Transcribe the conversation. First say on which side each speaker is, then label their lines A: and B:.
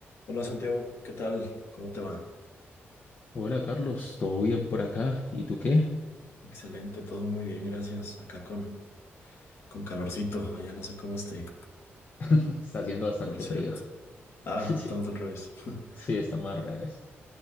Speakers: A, on the left (about 65°); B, on the left (about 45°).
A: Hola Santiago, ¿qué tal? ¿Cómo te va?
B: Hola Carlos, ¿todo bien por acá? ¿Y tú qué?
A: Excelente, todo muy bien, gracias. Acá con, con calorcito, allá no sé cómo esté,
B: <laughs> Está haciendo bastante
A: por cierto.
B: frío. <laughs>
A: Ah,
B: Sí,
A: estamos al revés. <laughs>
B: sí, está más al revés.